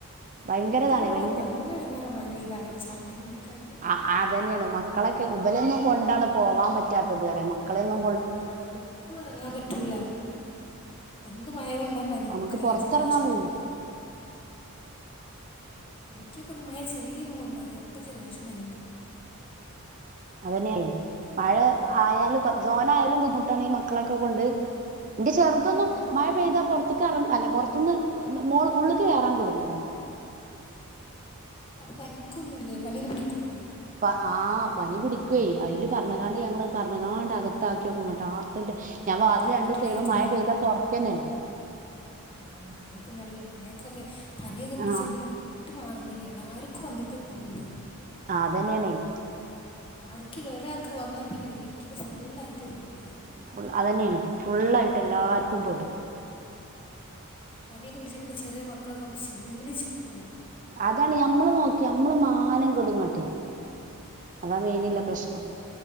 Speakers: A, on the right (about 35°); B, on the left (about 25°).
A: ഭയങ്കരതാണ്
B: പുറത്തൊക്കെ പോവാൻ
A: ഭയങ്കര
B: നല്ല ഇടങ്ങറ മഴ പെയ്താലേ ചളിയും ഇതൊക്കേയിട്ട്.
A: ആഹ് അതന്നെണ് മക്കളെക്കെ ഇവലൊന്നും കൊണ്ടാണ് പോവാൻ പറ്റാത്തത് പറയ മക്കളെന്നും.
B: ആഹ് എവിട്ക്കു എറങ്ങാൻ പറ്റൂല. ഒന്ന് മയ കൊണ്ടാ പനിക്കുക
A: നമുക്ക് പൊറത്തെറങ്ങാൻ
B: ജലദോഷം
A: വയ്യ
B: പിടിക്ക. എനിക്കൊക്കെന്ന് മയ ചെറിയൊന്നു കൊണ്ടാ മതി അപ്പ ജലദോഷം പനി പിടിക്കും.
A: അതന്നെയ് മഴ ആയാലും. കൊർച് തോനായാലും ബുദ്ധിമുട്ടാണ് ഈ മക്കളെക്കെ കൊണ്ട് ന്റെ ചെർ തൊന്നും
B: നല്ല ബുദ്ധിമുട്ടാണ്
A: മഴ പെയ്ത പുറത്തക്കറ അല്ല പുറത്തുന്ന് മോൾ ഉള്ള്ക്ക് കയറാൻ കുടുങ്ങല.
B: അപ്പൊ പനിക്കൊന്നുല്ലേ പനിയൊന്നും പിടിക്കൂലേ.
A: പ ആഹ് പനി പിടിക്ക്വയ് അയ്ല് പറഞ്ക്കാണ്ട് ഞങ്ങളത് പറഞ്ക്കാണ്ട് അക ത്താക്ക്യോക്കും ഇങ്ങട്ട് ആർത്തണ്ട് ഞാൻ
B: വാതിൽ
A: വാതില് രണ്ട്
B: പൂട്ടിയിടായിരിക്കില്ലേ
A: സൈഡും മഴ പെയ്താ തുറക്കന്നല്ല.
B: ആഹ് അതായിക്കും നല്ല മഴക്കെ പനിയൊക്കെ പിടിച്ചാ
A: ആഹ്
B: പിന്നെ വി ട്ട് മാറുന്നില്ല എല്ലാവർക്കും വന്നിട്ടെ പോവുന്നുള്ളൂ.
A: ആഹ് അതന്നേണയ്.
B: ആർക്കെലു ഒരാക്ക് വന്നാ പിന്നെ വീട്ടില് ഫുള്ളായിട്ട് പോവള്ളത്.
A: ഫുൾ അതന്നെണ് ഫുള്ളായിട്ട് എല്ലാർക്കും പെടും.
B: പനിയൊക്കെ പിടിച്ച പിന്നെ ചെറിയ മക്കളൊക്കാവുമ്പൊ ക്ഷീണിച്ച് പോവും.
A: അതാണ് ഞമ്മള് നോക്കി നമ്മള് മാനം കെടുങ്ങട്ട് അതാ മെയ്നില്ല പ്രശ്നം.